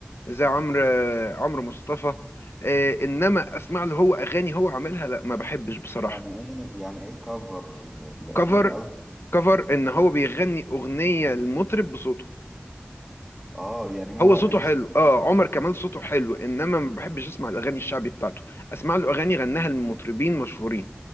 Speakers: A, on the left (about 80°); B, in the centre.
A: زي عمرو عمرو مصطفى آه، إنما أسمع له هو أغاني هو عاملها لا ما بحبش بصراحة
B: يعني ايه يعني ايه كفر الاغنيه
A: كفر
B: قصدي-
A: كفر إن هو بيغني أغنية المطرب بصوته
B: اه يعني هو
A: هو صوته
B: مثلا
A: حلو اه عمر كمال صوته حلو انما ما بحبش اسمع الاغاني الشعبي بتاعته اسمع له اغاني غناها لمطربين مشهورين